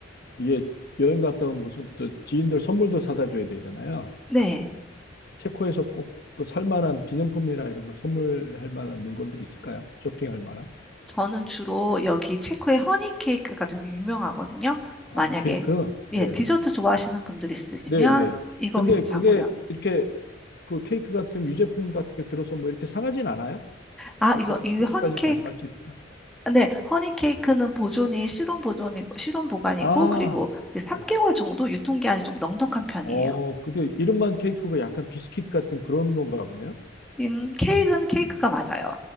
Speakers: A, on the left (about 55°); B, in the centre.
A: 이게 여행 갔다 온 무슨 또 지인들 선물도 사다 줘야 되잖아요.
B: 네.
A: 체코에서 꼭 그 살 만한 기념품이나 이런 거 선물할 만한 물건들이 있을까요? 쇼핑할 만한?
B: 저는 주로 여기 체코의 허니 케이크가 되게 유명하거든요.
A: 아,
B: 만약에,
A: 케이크?
B: 예,
A: 예.
B: 디저트 좋아하시는 분들 있으시면
A: 네네.
B: 이거
A: 근데
B: 괜찮고요.
A: 그게 이렇게 그 케이크 같은 유제품 같은 게 들어서 뭐 이렇게 상하진 않아요?
B: 아,
A: 그렇게
B: 이거, 이
A: 한국까지
B: 허니 케이크,
A: 가져갈 수 있을까?
B: 네, 허니 케이크는 보존이, 실온 보존이, 실온 보관이고,
A: 아,
B: 그리고 3개월
A: 네.
B: 정도 유통기한이 좀 넉넉한 편이에요.
A: 어, 근데 이름만 케이크가 약간 비스킷 같은 그런 건가 보네요.
B: 음, 케이크는 케이크가 맞아요.